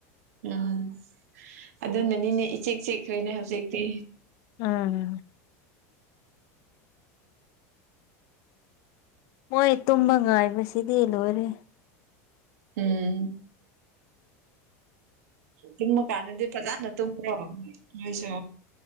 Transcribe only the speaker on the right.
ꯎꯝ ꯑꯗꯨꯅꯅꯤꯅꯦ ꯏꯆꯤꯛ ꯆꯤꯛꯈ꯭ꯔꯦꯅꯦ ꯍꯧꯖꯤꯛꯇꯤ
ꯎꯝ ꯇꯨꯝꯃ ꯀꯥꯟꯗꯗꯤ ꯐꯖꯥꯅ ꯇꯨꯝꯕ꯭ꯔꯣ ꯅꯣꯏꯁꯨ